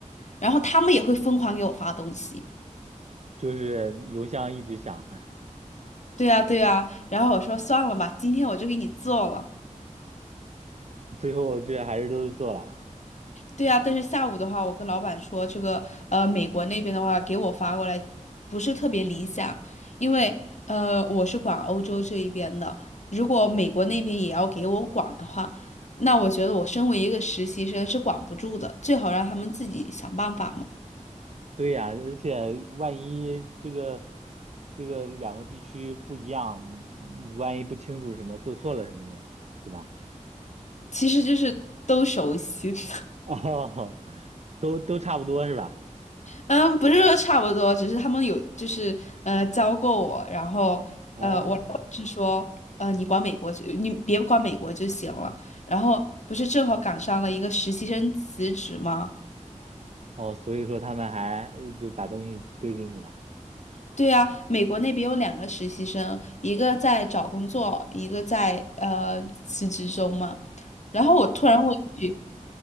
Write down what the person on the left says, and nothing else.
然后他们也会疯狂给我发东西。
对呀，对呀，然后我说算了吧，今天我就给你做了。
对啊，但是下午的话，我跟老板说，这个呃，美国那边的话给我发过来不是特别理想，因为呃，我是管欧洲这一边的，如果美国那边也要给我管的话，那我觉得我身为一个实习生是管不住的，最好让他们自己想办法嘛。
其实就是都熟悉。<laughs>
嗯，不是说差不多，只是他们有就是呃教过我，然后呃我老板是说呃你管美国就你别管美国就行了，
然后不是正好赶上了一个实习生辞职吗？
对啊，美国那边有两个实习生，一个在找工作，一个在呃辞职中嘛。然后我突然问一句，